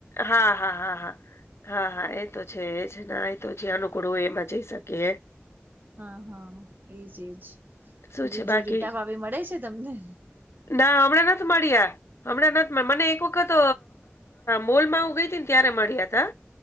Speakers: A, on the left (about 80°); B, on the right (about 45°).
A: હા હા હા હા હા હા એ તો છે એ જ એ તો જ અનુકૂળ હોય એમાં જઈ શકે. કે.
B: હા હા એજ એજ
A: શું
B: બીજું
A: છે બાકી
B: રીટાફાવી મળે છે તમને.
A: ના હમણાં નથી મળી્યા. હમણાં નથી મને એક વખત મોલમાં હું ગઈ હતી ને ત્યારે મળ્યા હતા.